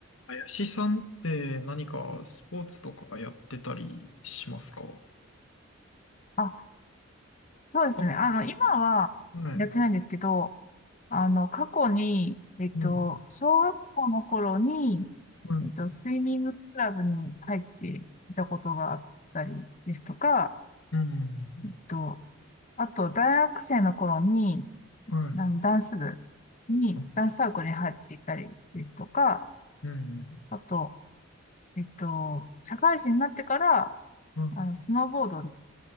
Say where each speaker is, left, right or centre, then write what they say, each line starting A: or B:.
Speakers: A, on the left; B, on the left.
A: 林さんって何かスポーツとかやってたりしますか
B: あ、そうですね。
A: あ、
B: あの、今はやってないんですけど、
A: はい。
B: あの、過去に、えっと、
A: うん、
B: 小学校の頃に、
A: うん、
B: えっと、スイミングクラブに入っていたことがあったりですとか、
A: うん。
B: えっと、あと、大学生の頃に、
A: はい。
B: あの、ダンス部に、
A: あ
B: ダンスサークルに入っていたりですとか、
A: うん、
B: あと、えっと、社会人になってから、
A: は
B: あの、スノーボードに